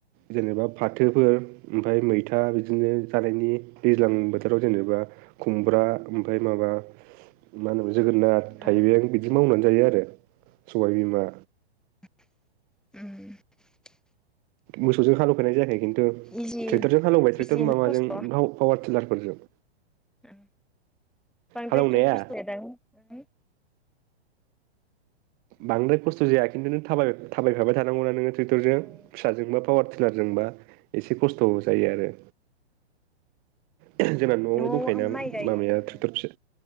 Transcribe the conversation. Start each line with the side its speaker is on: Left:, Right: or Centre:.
Right: जेनेबा फाथोफोर ओमफ्राय मैथा बिदिनो जानायनि दैज्लां बोथोराव जेनेबा खुमब्रा ओमफ्राय माबा मा होनो जोगोनार
Centre: ओं
Right: थाइबें बिदि
Centre: ओं
Right: मावनानै जायो आरो। सबाय बिमा
Centre: <unintelligible>
Right: मोसौजों हालौफेरनाय जायाखै खिन्थु ट्रेक्टरजों
Centre: इजि
Right: हालेवबाय ट्रेक्टर
Centre: इजियैनो
Right: माबाजों
Centre: खस्थ'
Right: <unintelligible> पावार टिलारफोरजों।
Centre: ओं बांद्रायथ'
Right: हालौनाया
Centre: खस्थ' जायादां? उम
Right: बांद्राय खस्थ' जाया खिन्थु नों थाबाय थाबायफाबाय थानांगौना नोङो। ट्रेक्टरजों
Centre: ओं
Right: फिसाजोंबा पावार टिलारजोंबा एसे खस्थ'बो जायो आरो। <unintelligible> जोंना न'आवनो
Centre: न'आव
Right: दंखायोना
Centre: माइ गायो
Right: माबाया ट्रेक्टर
Centre: ओं
Right: फिसा